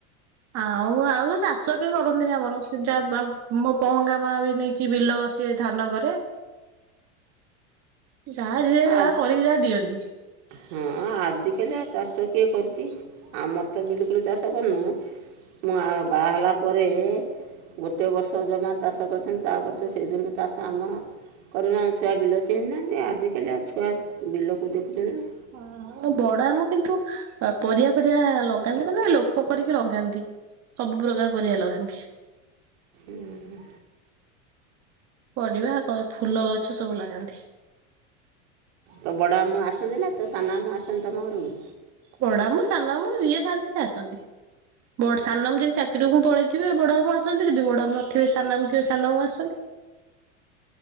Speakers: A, on the right; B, on the right.
A: ଆଉ ଆଉ ଚାଷ କେହି କରନ୍ତିନି ଆମର ଯା ବା ମୋ ପହଙ୍ଗା ମା ବି ନେଇ ଚି ବିଲ ସିଏ ଧାନକରେ। ଯାହା ଯିଏ
B: ଆଉ
A: ଯାହା କରିକି ଯାହା ଦିଅନ୍ତି।
B: ହଁ ଆଜିକାଲି ଆଉ ଚାଷ କିଏ କରୁଛି ଆମର ତ ବିଲକୁଲ ଚାଷ କରୁନୁ। ମୁଁ ଆ ବାହା ହେଲା ପରେ ଗୋଟିଏ ବର୍ଷ ଜମା ଚାଷ କରିଥିନି ତାପରେ ତ ସେଦିନଠୁ ଚାଷ ଆମର କରୁନା ଛୁଆ ବିଲ ଚିହ୍ନି ନାହାନ୍ତି ଆଜିକାଲି ଆଉ ଛୁଆ ବିଲକୁ ଦେଖୁଛନ୍ତି ନା।
A: ହଁ। ମୋ ବଡ଼ ଆମୁ କିନ୍ତୁ ପରିବା ଫରିବା ଲଗାନ୍ତି ମାନେ ଲୋକ କରିକି ଲଗାନ୍ତି। ସବୁ ପ୍ରକାର ପରିବା ଲଗାନ୍ତି।
B: ଉଁ ହୁ।
A: ପରିବା କ ଫୁଲ ଗଛ ସବୁ ଲଗାନ୍ତି।
B: ତୋ ବଡ଼ ଆମୁ ଆସନ୍ତି ନା ତ ସାନ ଆମୁ ଆସନ୍ତି ତମ ଘରକୁ?
A: ବଡ଼ ମାମୁ ସାନ ମାମୁ ଯିଏ ଥାନ୍ତି ସିଏ ଆସନ୍ତି। ବଡ଼୍ ସାନ ମୁ ଯଦି ଚାକିରିକୁଙ୍କୁ ପଳେଇଥିବେ ବଡ଼ ଆମୁ ଆସନ୍ତି ଯଦି ବଡ଼ ଆମୁ ନଥିବେ ସାନ ଆମୁ ଥିବେ ସାନ ଆମୁ ଆସନ୍ତି।